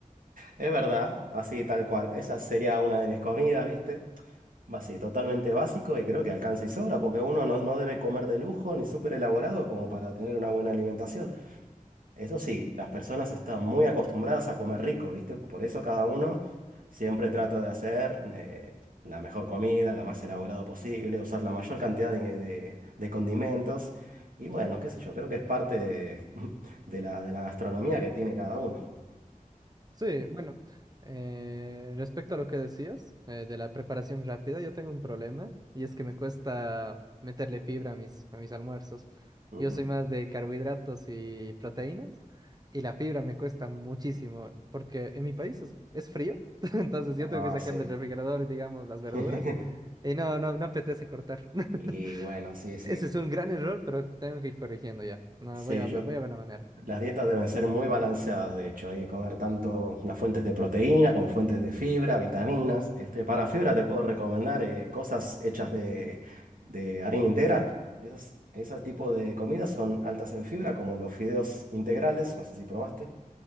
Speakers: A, on the right (about 80°); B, on the right (about 30°).
A: Es verdad, así tal cual. Esa sería una de mis comidas, ¿viste? Así, totalmente básico y creo que alcanza y sobra porque uno no, no debe comer de lujo ni súper elaborado como para tener una buena alimentación. Eso sí, las personas están muy acostumbradas a comer rico, ¿viste? Por eso cada uno siempre trata de hacer eh, la mejor comida, la más elaborada posible, usar la mayor cantidad de, de- de condimentos. Y bueno, qué sé yo, creo que es parte de, <laughs> de la, de la gastronomía que tiene cada uno.
B: Sí, bueno, eh, respecto a lo que decías eh, de la preparación rápida, yo tengo un problema y es que me cuesta meterle fibra a mis, a mis almuerzos.
A: Ujú.
B: Yo soy más de carbohidratos y proteínas y la fibra me cuesta muchísimo porque en mi país es, es frío, <laughs> entonces yo
A: Ah,
B: tengo que sacar
A: sí.
B: del refrigerador, digamos, las
A: <laughs>
B: verduras y no, no, no apetece cortar. <laughs>
A: Y bueno, sí, sí.
B: Ese es un gran error, pero tengo que ir corrigiendo ya. No,
A: Sí,
B: voy a,
A: yo,
B: voy a ver la manera.
A: las dietas deben ser muy balanceadas, de hecho. Hay que comer tanto las fuentes de proteína como fuentes de fibra, vitaminas. Este, para fibra te puedo recomendar eh, cosas hechas de, de harina integral. Esas, ese tipo de comidas son altas en fibra, como los fideos integrales. No sé si probaste.